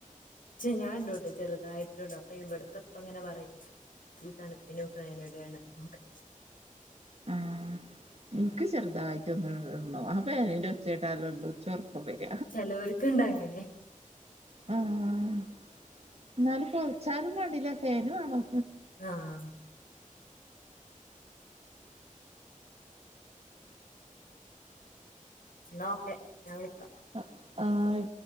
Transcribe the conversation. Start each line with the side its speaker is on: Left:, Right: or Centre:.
Left: ഞാടും ചെറുതായിട്ട ഇടും അപ്പൊ ഇവിടത്തെ ഇപ്പ ഇങ്ങനെ പറിം ഈ തണുപ്പിനും ഫാനിടാന്ന് <unintelligible>
Right: ആ ഇൻക്കും ചെറുതായിട്ടോന്ന് ടണം ആ ഫാനിന്റെ ഉച്ചേട്ടാലോള്ള ഇച്ച് ഒറക്കം വര
Left: ചിലവർക്കുണ്ട് അങ്ങനെ
Right: ആഹ് ന്നാലും പോതച്ചാലും വേണ്ടില്ല ഫാന് വേണം
Left: ആഹ് ന്നാ ഓക്കെ ഞാൻ വിളിക്കാം
Right: ആഹ് ആയി